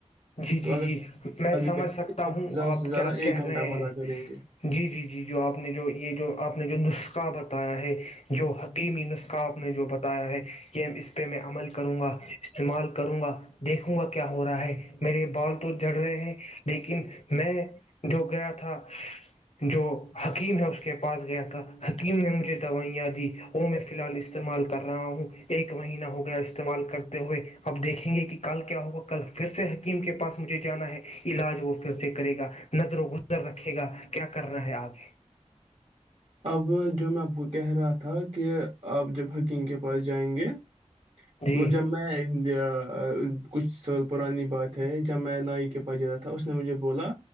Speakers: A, on the left; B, on the right.
A: جی
B: تو
A: جی
B: اگر
A: جی میں
B: ابھی
A: سمجھ
B: کریں
A: سکتا
B: گے،
A: ہوں
B: زیادہ
A: آپ
B: سے زیادہ
A: کیا
B: ایک
A: کہ
B: گھنٹہ
A: رہے
B: مزہ
A: ہیں
B: کریں گے
A: جی جی جی جو آپ نے جو یہ جو آپ نے جو نسخہ بتایا ہے جو حکیمی نسخہ آپ نے جو بتایا ہے یہ اس پہ میں عمل کروں گا استعمال کروں گا دیکھوں گا کیا ہو رہا ہے میرے بال تو جڑ رہے ہیں لیکن میں جو گیا تھا جو حکیم ہے اس کے پاس گیا تھا حکیم نے مجھے دوائیاں دی وہ میں فی الحال استعمال کر رہا ہوں ایک مہینہ ہو گیا استعمال کرتے ہوئے اب دیکھیں گے کہ کل کیا ہوگا کل پھر حکیم کے پاس مجھے جانا ہے علاج وہ پھر سے کرے گا نظر و گزر رکھے گا کیا کرنا ہے آگے
B: اب جو میں آپ کو کہہ رہا تھا کہ آپ جب حکیم کے پاس جائیں گے
A: جی
B: م جب میں کچھ س پرانی بات ہے جب میں نائی کے پاس ج رہا تھا اس نے مجھے بولا